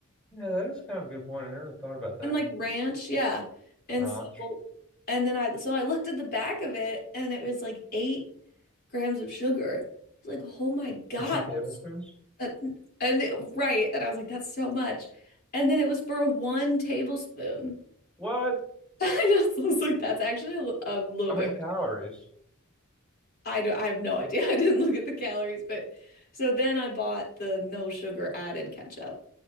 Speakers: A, in the centre; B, on the left.
A: Yeah, that is kind of a good point. I never thought about that.
B: And like ranch, yeah. And
A: Wrong.
B: so and then I so I looked at the back of it and it was like eight grams of sugar. I was like, oh my God,
A: For two tablespoons?
B: that's Uh, and it- right. And I was like, that's so much. And then it was for one tablespoon. <laughs>
A: What?
B: And I was I was like, that's actually a, li- a little
A: How
B: bit.
A: many calories?
B: ridiculous." I don't, I have no idea. <laughs> I didn't look at the calories, but so then I bought the no sugar added ketchup.